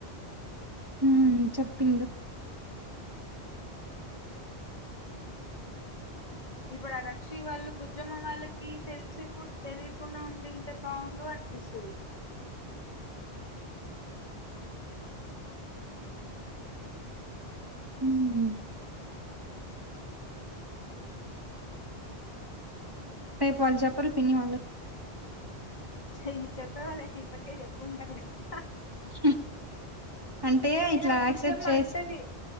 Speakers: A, on the right (about 20°); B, on the left (about 45°).
A: హూమ్ చెప్పిండు
B: ఇప్పుడు అ రక్షి వాళ్ళు బుజ్జమ్మ వాళ్ళకి తెలిసి తెలియకుండా ఉండింటే బాగుండు అనిపిస్తది
A: హ్మ్. టైపు వాళ్ళు చెప్పరు పిన్ని వాళ్ళకి
B: చెయ్ చప్ చెవాలయితే ఇప్పటికే చెప్పుకుంటారుగా హా
A: స అంటే
B: అయినా
A: ఇట్లా యాక్సెప్ట్
B: బుజ్జమ్మ
A: చేసి
B: అంటది